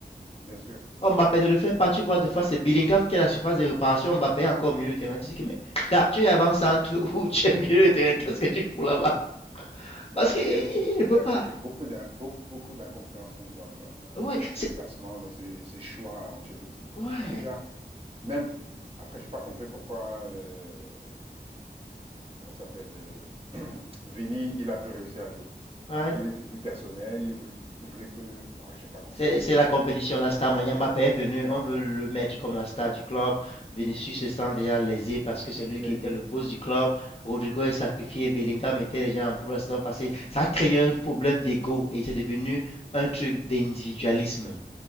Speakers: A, on the right; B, on the left.
A: bien sûr.
B: Mbappé ne le fait pas, tu vois, des fois c'est Bellingham qui a la surface de réparation, Mbappé est encore au milieu de terrain. Tu dis que, mais gars, tu es avant-centre <laughs> ou tu es au milieu de terrain, qu'est-ce que tu fous là-bas
A: Non,
B: Parce
A: mais
B: qu'il
A: il
B: il
A: y a eu,
B: ne
A: il
B: peut
A: a
B: pas.
A: eu beaucoup d'in- beaucoup, beaucoup d'incompréhensions dans, dans,
B: Ouais,
A: dans ses
B: c'est.
A: classements, dans ses, ses choix à Ancelotti.
B: Ouais,
A: Déjà, même après, j'ai pas compris pourquoi, euh, comment ça s'appelle, euh, <clears throat> Vini, il a plus réussi à jouer.
B: ouais.
A: Et Il est devenu personnel, il voulait, il voulait que, je j'ai pas compris.
B: C'est la compétition, la star. Mbappé est venu, on veut le mettre comme la star du club. Vinicius se sent déjà lésé parce que c'est lui
A: Mais
B: qui était le boss du club. Rodrigo est sacrifié, Bellingham était déjà en pour la saison passée. Ça a créé un problème d'ego et c'est devenu un truc d'individualisme.